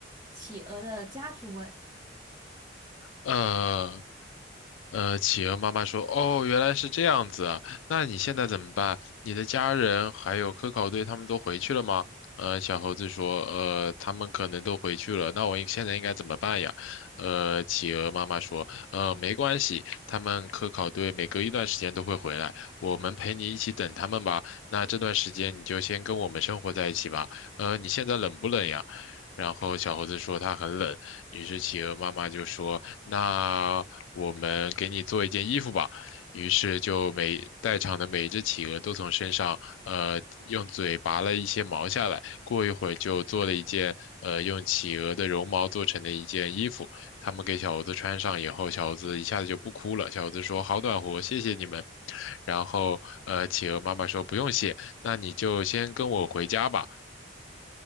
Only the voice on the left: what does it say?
呃，呃，企鹅妈妈说：“哦，原来是这样子啊，那你现在怎么办？你的家人还有科考队他们都回去了吗？”呃，小猴子说：“呃，他们可能都回去了，那我应现在应该怎么办呀？”呃，企鹅妈妈说：“呃，没关系，他们科考队每隔一段时间都会回来，我们陪你一起等他们吧。那这段时间你就先跟我们生活在一起吧。呃，你现在冷不冷呀？”然后小猴子说他很冷，于是企鹅妈妈就说：那我们给你做一件衣服吧。于是就每在场的每一只企鹅都从身上，呃，用嘴拔了一些毛下来。过一会儿就做了一件，呃，用企鹅的绒毛做成的一件衣服。他们给小猴子穿上以后，小猴子一下子就不哭了。小猴子说：“好暖和，谢谢你们。”然后，呃，企鹅妈妈说：“不用谢，那你就先跟我回家吧。”